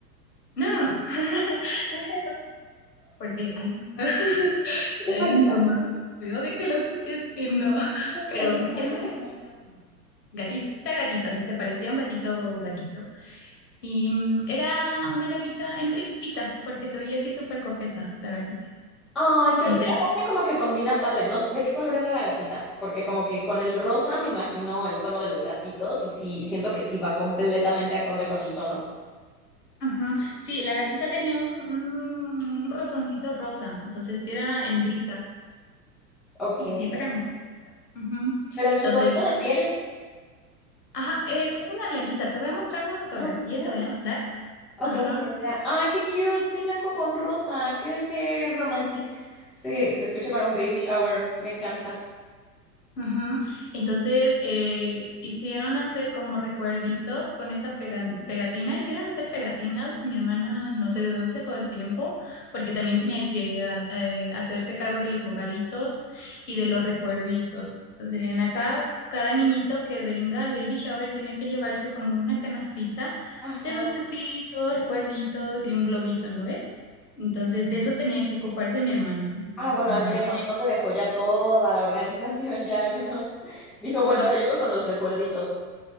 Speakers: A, on the left; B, in the centre.
A: No, no, no. <laughs> No es el otro, porque... ay, no. <laughs>
B: No,
A: hay un rumor medio feo de Hello Kitty, así que no. <laughs> Pero
B: es verdad.
A: era una gatita bonita. Gatita, gatita, o sea, se parecía a un gatito, gatito. Y mm, era una gatita hembrita, porque se veía así súper coqueta la gatita.
B: Ay, que
A: Y
B: aparte
A: te la ve-
B: como que combina padre. No, sé, ¿de qué color era la gatita? Porque como que con el rosa me imagino el tono de los gatitos y sí, siento que sí va completamente acorde con el tono.
A: Ajá. Sí, la gatita tenía un, un, un rosoncito rosa, entonces sí era hembrita.
B: Ok.
A: Sí, para mujercita. Ujú.
B: Pero en
A: Entonces,
B: su tonito
A: toda-
B: de piel.
A: ajá, eh, es una blanquita. Te voy a mostrar una fotografía,
B: Ok.
A: te voy a mandar.
B: Ok,
A: Ajá.
B: ya, ya. ya. Ah, qué cute. Sí, blanco con rosa. Qué, qué romantic. Sí, se escucha para un baby shower. Me encanta.
A: Ujú. Entonces, eh, hicieron hacer como recuerditos con esa pega- pegatina, hicieron hacer pegatinas, mi hermana no sé de dónde sacó el tiempo, porque también tenía que ar- eh, hacerse cargo de los bocaditos y de los recuerditos. O sea, en acá, cada niñito que venga al baby shower tiene que llevarse como una canastita
B: Ajá.
A: de dulcecitos, recuerditos y un globito, ¿no ve? Entonces, de eso tenía que ocuparse mi hermana.
B: Ah, bueno,
A: Yo
B: al menos
A: tenía
B: no te dejó ya toda la organización, <laughs> ya al menos. Dijo, bueno,
A: que...
B: te ayudo con los recuerditos.